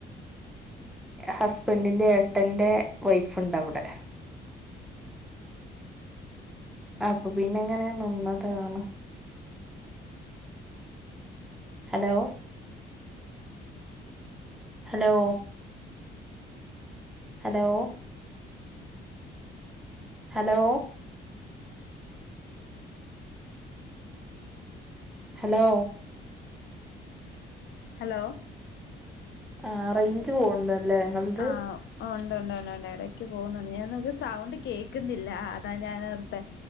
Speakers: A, in the centre; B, on the left (about 65°).
A: ഹസ്ബൻഡിന്റെറെ ഏട്ട്ന്റെ വൈഫുണ്ട് അവിടെ അപ്പൊ പിന്നെ ങ്ങനെ നിന്നതാണ് hello hello hello hello hello
B: hello
A: ആഹ് റേഞ്ച് പോവുണ്ട് അല്ലേ നിങ്ങളത്
B: ആഹ് ഉണ്ട് ഉണ്ട് ഉണ്ട്ണ്ട് ഇടക്ക് പോകുന്നുണ്ട് ഞാൻക്ക് സൗണ്ട് കേക് ക്കുന്നില്ല അതാ ഞാൻ അവിടുത്തെ